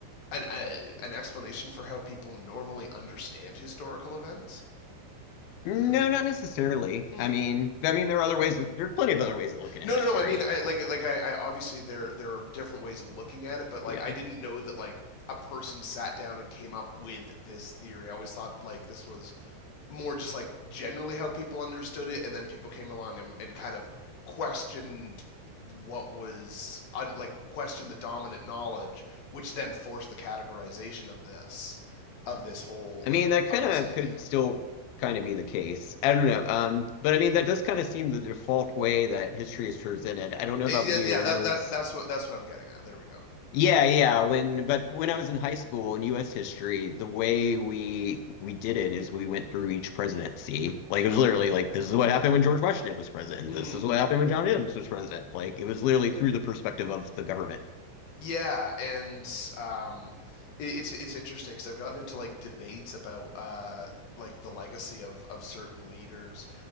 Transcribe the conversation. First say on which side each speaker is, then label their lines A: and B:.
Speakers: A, on the left (about 55°); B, on the left (about 85°).
A: an uh, an explanation for how people normally understand historical events.
B: No,
A: Uh,
B: not necessarily.
A: hmm.
B: I mean, I mean, there are other ways. There are plenty of other ways of looking
A: No,
B: at history.
A: no, no. I mean, I like
B: Sure. <laughs>
A: like I, I obviously there there are different ways of looking at it, but like
B: Yeah.
A: I didn't know that like a person sat down and came up with this theory. I always thought like this was more just like generally how people understood it, and then people came along and, and kind of questioned what was un, like questioned the dominant knowledge, which then forced the categorization of this of this whole
B: I
A: like
B: mean, that
A: of
B: kind
A: this
B: of
A: idea.
B: could still kind of be the case. I don't know. Um, but I mean, that does kind of seem the default way that history is presented. I don't know
A: It-
B: about
A: yeah,
B: you.
A: yeah.
B: When
A: That
B: I was,
A: that that's what that's what I'm getting at. There we go.
B: yeah, yeah, when, but when I was in high school in U.S. history, the way we we did it is we went through each presidency. Like it was literally like this is what happened when George Washington was president.
A: Mm.
B: This is what happened when John Adams was president. Like it was literally through the perspective of the government.
A: Yeah, and um, it, it's it's interesting because I've gotten into like debates about uh, like the legacy of of certain leaders,